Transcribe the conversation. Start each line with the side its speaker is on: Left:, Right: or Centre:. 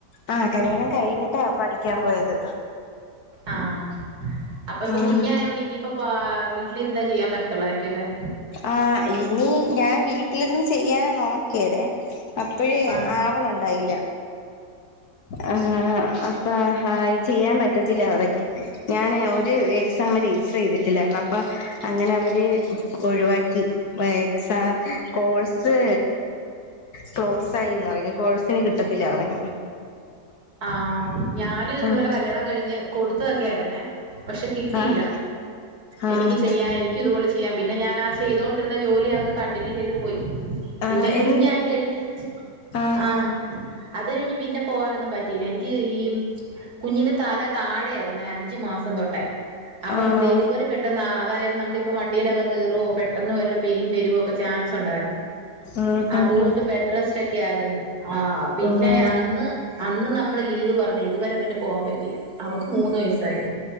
Left: ആഹാ കല്യാണം കഴിഞ്ഞിട്ടാ പഠിക്കാൻ പോയത്
Right: ആഹാ അപ്പൊ ഇപ്പൊ
Left: ആഹ്
Right: കുഞ്ഞായൊണ്ട് ഇനിയിപ്പ വീട്ടിലിരുന്നേ ചെയ്യാൻ പറ്റത്തോള്ളായിരിക്കും അല്ലേ
Left: ആഹാ ഇനി ഞാൻ വീട്ടിലിരുന്ന് ചെയ്യാനാ നോക്കിയതെ അപ്പഴേ
Right: ആഹ്
Left: ആവണ ഉണ്ടായില്ല ആഹ് അപ്പ- ആഹ് ഈ ചെയ്യാൻ പറ്റത്തില്ല പറഞ് ഞാന് ഒരു എക്സാം രജിസ്റ്റർ ചെയ്തിട്ടില്ലാരുന്നു അപ്പൊ- അങ്ങനെ അവര്- ഒഴിവാക്കി എക്സാം കോഴ്സ്- ക്ലോസ് ആയിന്ന് പറഞ്ഞു കോഴ്സിന് കിട്ടത്തില്ല പറഞ്ഞു
Right: ആഹ് ഞാനും ഇതുപോലെ
Left: ആഹ്
Right: കല്യാണം കഴിഞ്ഞ് കൊടുത്തതൊക്കെ ആയിരുന്നേ പക്ഷെ കിട്ടിയില്ല
Left: ആഹ് ആഹ്
Right: എനിക്ക് ചെയ്യാ- എനിക്ക് ഇതുപോലെ ചെയ്യാം പിന്നെ ഞാൻ ആ ചെയ്തുകൊണ്ടിരുന്ന ജോലി അങ്ങ് കണ്ടിന്യൂ ചെയ്ത് പോയി പിന്നെ
Left: ആഹ്
Right: കുഞ്ഞായി
Left: എൻ
Right: കഴിഞ്ഞ്
Left: ആഹ്
Right: ആഹാ അത് കഴിഞ്ഞ് പിന്നെ പോകാനൊന്നും പറ്റ- പറ്റില എനിക്ക് ഈ കുഞ്ഞിന്റെ തല താഴെയായിരുന്നു അഞ്ചു മാസം തൊട്ടേ അപ്പം
Left: ആണോ
Right: ഡെലിവറി പെട്ട- പെട്ടെന്ന് അതായത് നമ്മളിപ്പോ വണ്ടിയിലെ കയറുവോ പെട്ടെന്ന് വല്ല പെയിൻ വരുവോ നോക്കെ ചാൻസ് ഒണ്ടായിരുന്നു
Left: ആഹ്
Right: അതുകൊണ്ട്
Left: ആഹ്
Right: ബെഡ് ഡ്രസ്റ്റ് ഒക്കെ ആയിരുന്നു ആ പിന്നെ
Left: ആഹ്
Right: അന്ന് അന്ന് നമ്മ നമ്മള് ലീവ് പറഞ്ഞത് ഇതുവരെ പിന്നെ പോവാൻ പറ്റിയില്ല അവക്ക് മൂന്ന് വയസായി